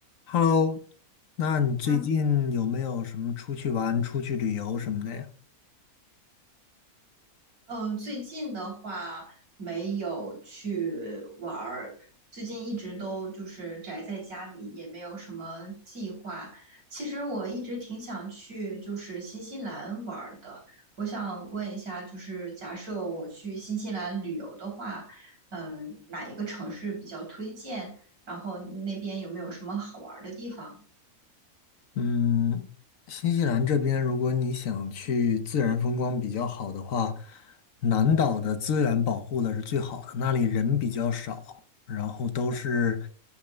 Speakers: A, on the left; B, on the right.
A: Hello，那你最近有没有什么出去玩、
B: 那
A: 出去旅游什么的呀？
B: 嗯，最近的话没有去玩儿，最近一直都就是宅在家里，也没有什么计划。其实我一直挺想去就是新西兰玩儿的。我想问一下，就是假设我去新西兰旅游的话，嗯，哪一个城市比较推荐？然后那边有没有什么好玩儿的地方？
A: 嗯，新西兰这边，如果你想去自然风光比较好的话，南岛的资源保护的是最好的，那里人比较少，然后都是